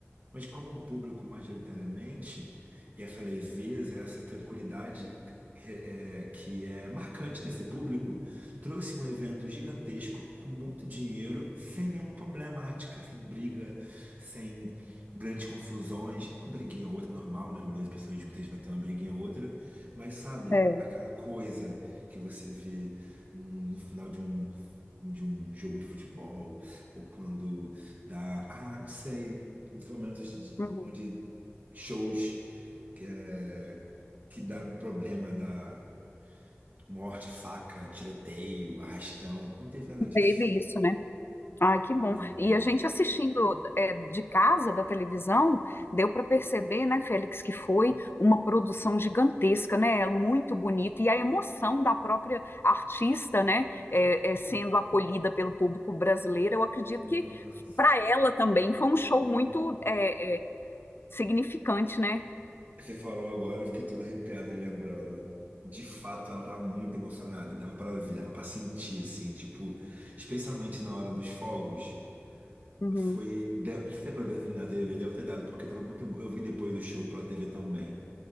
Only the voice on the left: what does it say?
é,
uhum.
Teve isso, né? Ai, que bom.
E a gente assistindo é, de casa, da televisão, deu para perceber, né, Félix, que foi uma produção gigantesca, né? é Muito bonita. E a emoção da própria artista, né, é, é, sendo acolhida pelo público brasileiro, eu acredito que
para ela também foi um show
muito é, é, significante, né?
Uhum,